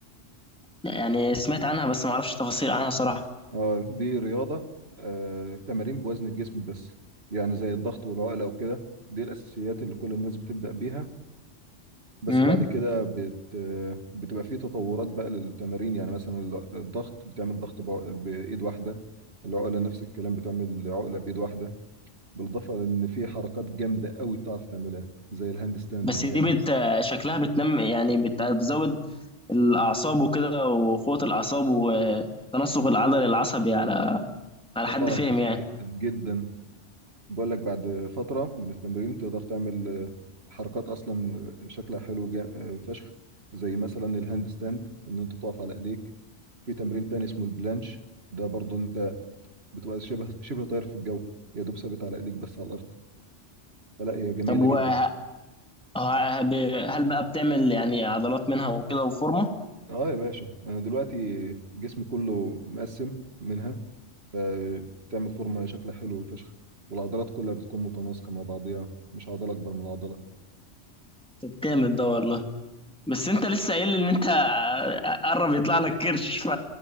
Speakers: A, in the centre; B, on the right.
A: لا، يعني سمعت عنها بس ما اعرفش تفاصيل عنها صراحة
B: اه دي رياضة آه تمارين بوزن الجسم بس يعني زي الضغط والعقلة وكده دي الأساسيات اللي كل الناس بتبدأ بيها بس
A: امم
B: بعد كده بت... بتبقى في تطورات بقى للتمارين يعني مثلا ال- الضغط بتعمل ضغط بع- بإيد واحدة العقلة نفس الكلام بتعمل عقلة بإيد واحدة بالإضافة لأن في حركات جامدة قوي بتعرف تعملها زي الهاند ستاند
A: بس
B: إن
A: دي
B: يعني
A: بت شكلها بتنم يعني بت- بتزود الأعصاب وكده وقوة الأعصاب وتناسق العضل العصبي على على
B: آه
A: حد فهم يعني
B: جدا جدا بقول لك بعد فترة من التمرين تقدر تعمل آه، حركات أصلا شكلها حلو جا... آه، فشخ زي مثلا الهاند ستاند إن أنت تقف على إيديك في تمرين تاني اسمه البلانش ده برضو بتبقى شبه شبه طاير في الجو يا دوب ثابت على ايديك بس على الارض فلا هي جميله
A: طب وه-
B: جدا
A: ه- هل بقى بتعمل يعني عضلات منها وكده وفورمة؟
B: اه يا باشا انا دلوقتي جسمي كله مقسم منها فبتعمل فورمه شكلها حلو فشخ والعضلات كلها بتكون متناسقه مع بعضيها مش عضله اكبر من عضله
A: طب جامد ده والله بس انت لسه قايل لي ان انت قرب يطلع لك كرش ف